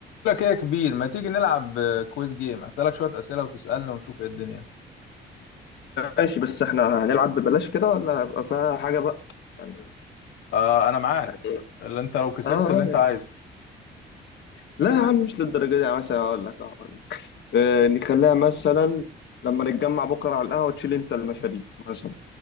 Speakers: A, on the left; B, on the left.
A: لك ايه يا كبير ما تيجي نلعب آه، كويز جيم اسالك شويه اسئله وتسالني ونشوف ايه الدنيا
B: ماشي بس احنا هنلعب ببلاش كده ولا هيبقى فيها حاجة بقى يعني
A: آه انا معاك
B: يعني ايه
A: اللي انت لو كسبت
B: اه
A: اللي
B: اه
A: انت
B: يعني.
A: عايزه
B: لا يا عم مش للدرجة دي يعني مثلا اقول لك اقول لك اه نخليها مثلا لما نتجمع بكرة على القهوة تشيل انت المشاريب مثلا